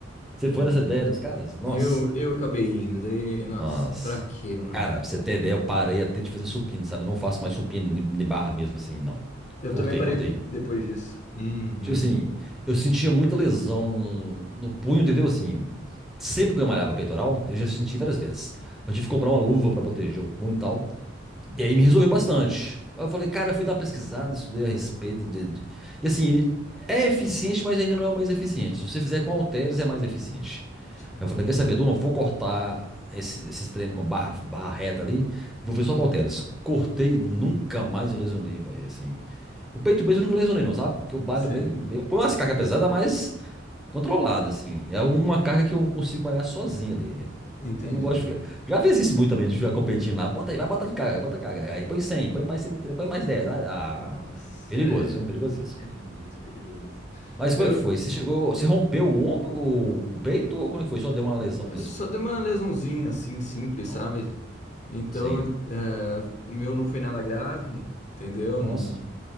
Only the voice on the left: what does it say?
É,
Eu, eu acabei indo, daí, nossa,
pra quê, mano?
Eu
também parei
depois disso. Uhum.
Hum,
sim,
sei,
entendi.
Nossa,
é,
é muito perigoso.
Eu
eu
só dei uma lesãozinha assim, simples,
sabe? Então,
é, o meu não foi nada grave, entendeu?
Não-